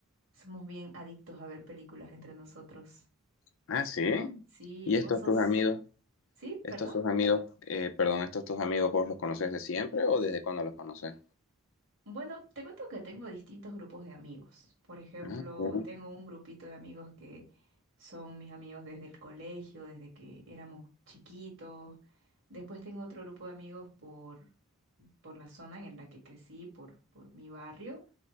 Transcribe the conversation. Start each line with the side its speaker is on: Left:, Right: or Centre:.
Right: somos bien adictos a ver películas entre nosotros.
Left: Ah, sí.
Right: Sí,
Left: ¿Y estos
Right: vos sos...
Left: tus amigos?
Right: Sí,
Left: ¿Estos
Right: perdón.
Left: tus amigos, eh, perdón, estos tus amigos vos los conoces de siempre o desde cuándo los conoces?
Right: Bueno, te cuento que tengo distintos grupos de amigos. Por ejemplo,
Left: Ah, sí.
Right: tengo un grupito de amigos que son mis amigos desde el colegio, desde que éramos chiquitos. Después tengo otro grupo de amigos por, por la zona en la que crecí, por, por mi barrio.